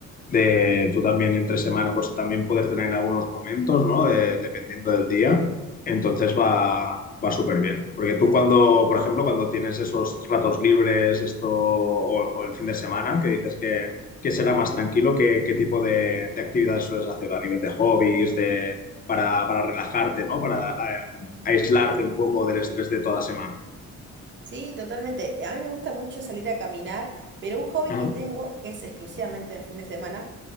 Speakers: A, on the left; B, on the right.
A: de tú también entre semana, pues también poder tener algunos momentos, ¿no? De- dependiendo del día, entonces va, va súper bien. Porque tú cuando, por ejemplo, cuando tienes esos ratos libres, esto, o, o el fin de semana, que dices que, que será más tranquilo, ¿qué, qué tipo de, de actividades sueles hacer a nivel de hobbies, para, para relajarte, ¿no? Para em, aislarte un poco del estrés de toda la semana.
B: Sí, totalmente. A mí me gusta mucho salir a caminar, pero un hobby
A: Ajá.
B: que tengo, que es exclusivamente de fin de semana,